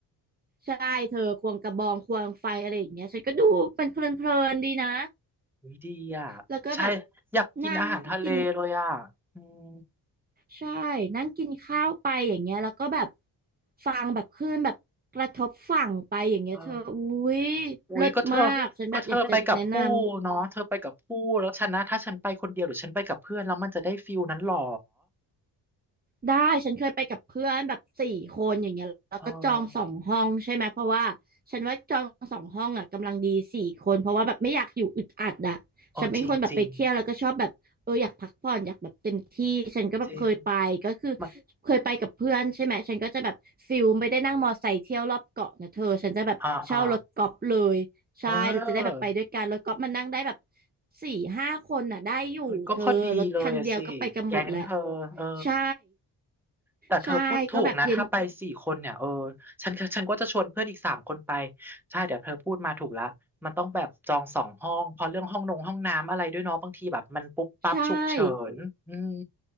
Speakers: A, on the right; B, in the centre.
A: ใช่เธอควงกระบองควงไฟอะไรอย่างเงี้ยฉันก็ดูเป็นเพลินๆดีนะ
B: อุ้ยดีอ่ะใช่
A: แล้วก็แบบ
B: อยากกินอาหารทะเลเลยอ่ะอืม
A: นั่งกิน ใช่นั่งกินข้าวไปอย่างเงี้ยแล้วก็แบบฟังแบบคลื่นแบบกระทบฝั่งไปอย่างเงี้ยเธออุ้ย
B: เออ อุ๊ยก็เธอ
A: เลิศมากฉันแบบอยากจะแนะนำ
B: ก็เธอไปกับผู้เนาะเธอไปกับผู้แล้วฉันนะถ้าฉันไปคนเดียวหรือฉันไปกับเพื่อนแล้วมันจะได้ฟิลนั้นหรอ
A: ได้ฉันเคยไปกับเพื่อนแบบสี่คนอย่างเงี้ยแล้วก็จองสองห้องใช่ไหมเพราะว่าฉันว่าจองสองห้องอ่ะกำลังดีสี่คนเพราะว่าแบบไม่อยากอยู่อึดอัดอ่ะฉันเป็นคนแบบไปเที่ยวแล้วก็ชอบแบบเอออยากพักผ่อนอยากแบบเต็มที่ฉันก็แบบเคยไปก็คือ
B: เออโอ้จริงจริงจริงมัน
A: เคยไปกับเพื่อนใช่ไหมฉันก็จะแบบฟิลไม่ได้นั่งมอไซค์เที่ยวรอบเกาะนะเธอฉันจะแบบเช่ารถกอล์ฟเลยใช่เราจะได้แบบไปด้วยกันรถกอล์ฟมันนั่งได้แบบ
B: อ่าอ่าเออ
A: สี่ห้าคนอ่ะได้อยู่เธอรถคันเดียวก็ไปกันหมดแหละ
B: เออก็พอดีเลยอะสิแก๊งเธอเออ
A: ใช่
B: แต่เธอพูดถูกนะถ้าไปสี่คนเนี่ยเออ
A: ใช่ก็แบบเย็น
B: ฉันฉันก็จะชวนเพื่อนอีกสามคนไปใช่เดี๋ยวเธอพูดมาถูกละมันต้องแบบจองสองห้องเพราะเรื่องห้องนงห้องน้ำอะไรด้วยเนาะบางทีแบบมันปุ๊บปั๊บฉุกเฉินอืม
A: ใช่